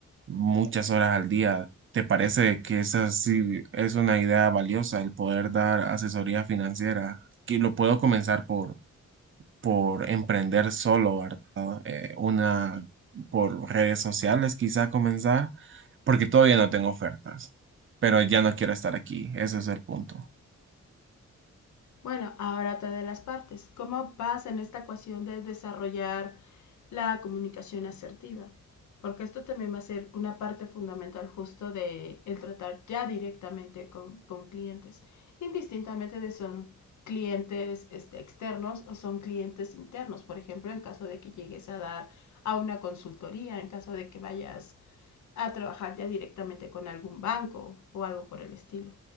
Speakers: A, on the right (about 45°); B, on the left (about 75°).
A: muchas horas al día. ¿Te parece que esa sí es una idea valiosa, el poder dar asesoría financiera? Que lo puedo comenzar por, por emprender solo, ¿verdad? Eh, una por redes sociales quizá comenzar, porque todavía no tengo ofertas, pero ya no quiero estar aquí, ese es el punto.
B: Bueno, ahora otra de las partes. ¿Cómo vas en esta ecuación de desarrollar la comunicación asertiva? Porque esto también va a ser una parte fundamental justo de el tratar ya directamente con, con clientes, indistintamente de si son clientes este, externos o son clientes internos. Por ejemplo, en caso de que llegues a dar a una consultoría, en caso de que vayas a trabajar ya directamente con algún banco o algo por el estilo.